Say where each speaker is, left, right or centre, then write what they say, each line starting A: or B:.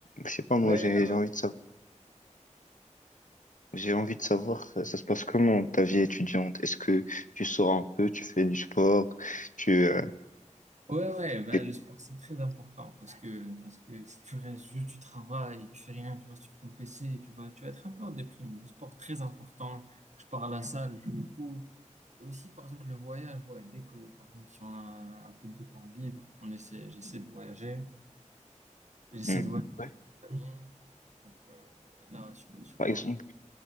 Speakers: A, on the left; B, on the right.
A: je sais pas, moi,
B: Ouais,
A: j'ai
B: là,
A: j'ai envie de savoir, j'ai envie de savoir, ça, ça se passe comment ta vie étudiante? Est-ce que tu sors un peu, tu fais du sport, tu, euh,
B: Ouais, ouais, ben,
A: t'es-
B: le sport, c'est très important parce que, parce que si tu restes juste, tu travailles, tu fais rien, tu restes sur ton PC, tu vas, tu vas être un peu en déprime. Le sport, très important. Je pars à la salle, je joue au foot. Aussi, par exemple, le voyage, ouais, dès que, par exemple, si on a un peu de temps libre, on essaie, j'essaie de voyager. J'essaie
A: Hmm.
B: de voyager.
A: Ouais.
B: avec mes amis. Donc, euh, là, sur- surtout
A: Par exemple,
B: en